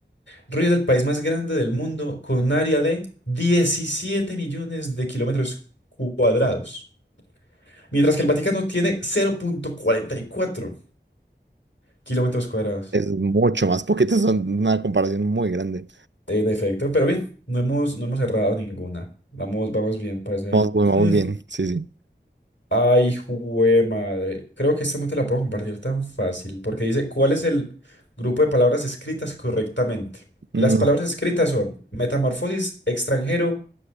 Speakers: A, on the left; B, on the right.
A: Rusia es el país más grande del mundo con un área de diecisiete millones de kilómetros cuadrados. Mientras que el Vaticano tiene cero punto cuarenta y cuatro kilómetros cuadrados.
B: Es mucho más poquito. Son una comparación muy grande.
A: En efecto, pero bien, no hemos, no hemos errado ninguna. Vamos, vamos bien, parece.
B: Vamos, pues, vamos
A: <laughs>
B: bien. Sí, sí.
A: Ay, jue madre. Creo que esta no te la puedo compartir tan fácil, porque dice, ¿cuál es el grupo de palabras escritas correctamente? Las
B: No.
A: palabras escritas son metamorfosis, extranjero,